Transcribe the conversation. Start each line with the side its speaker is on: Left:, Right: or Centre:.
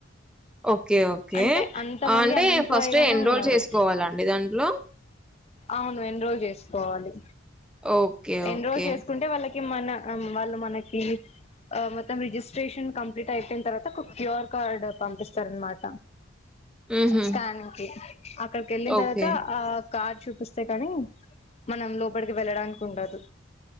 Centre: ఓకే ఓకే
Left: అంటే అంత
Centre: అంటే
Left: మంది అన్ఎంప్లాయ్
Centre: ఫస్ట్
Left: గానే
Centre: ఎన్రోల్
Left: ఉన్నారు
Centre: చేసుకోవాలండి దాంట్లో
Left: అవును ఎన్రోల్ జేసుకోవాలి
Centre: ఓకే
Left: ఎన్రోల్
Centre: ఓకే.
Left: జేసుకుంటే వాళ్ళకి మన మనకి వాళ్ళు మనకి మొత్తం రిజిస్ట్రేషన్ కంప్లీట్ అయిపోయిన తర్వాత ఒక క్యూఆర్ కార్డ్ పంపిస్తారునమాట
Centre: హుహు.
Left: స్కానింగ్ కి అక్కడికి యెళ్ళిన
Centre: ఓకే.
Left: తర్వాత ఆ కార్ చూపిస్తే కాని మనం లోపలికి వెళ్ళడానికి ఉండదు